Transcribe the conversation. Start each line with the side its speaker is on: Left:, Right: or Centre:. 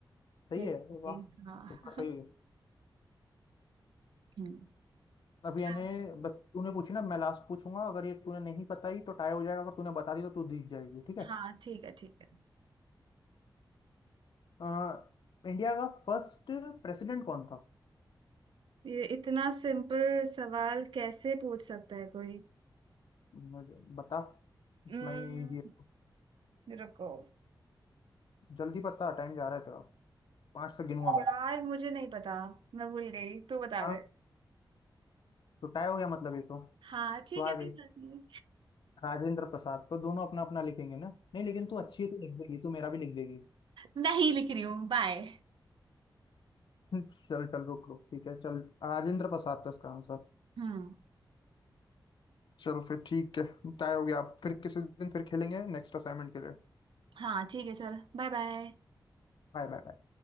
Left: सही
Right: देखिए
Left: है वाह
Right: हाँ
Left: तुक्का सही
Right: <laughs>
Left: हो गया
Right: हम्म।
Left: अब
Right: चल,
Left: यानी बस तूने पूछी ना मैं लास्ट पूछूंगा अगर ये तूने नहीं बताई तो टाई हो जाएगा अगर तूने बता दी तो तू जीत जाएगी ठीक है
Right: हाँ ठीक है ठीक है
Left: अ, इंडिया का फर्स्ट प्रेसिडेंट कौन था
Right: ये इतना सिंपल सवाल कैसे पूछ सकता है कोई
Left: मुझे बता इतना
Right: हम्म,
Left: ही इजी है
Right: रुको
Left: जल्दी बता टाइम जा रहा है तेरा पाँच तक गिनूंगा
Right: यार
Left: मैं
Right: मुझे नहीं पता मैं भूल गई तू बता
Left: हाँ?
Right: दे
Left: तो टाई हो गया मतलब ये तो
Right: हाँ ठीक
Left: तो आ
Right: है
Left: गई
Right: कोई बात नहीं
Left: राजेंद्र प्रसाद तो दोनों अपना अपना लिखेंगे ना नहीं लेकिन तू अच्छी है तो लिख देगी तू मेरा भी लिख देगी
Right: नहीं लिख रही हूँ बाय
Left: <laughs> चल चल रुक रुक ठीक है चल राजेंद्र प्रसाद था इसका आंसर
Right: हम्म
Left: चलो फिर ठीक है टाई हो गया आप फिर किसी दिन फिर खेलेंगे नेक्स्ट असाइनमेंट के लिए
Right: हाँ ठीक है चल बाय बाय
Left: Bye bye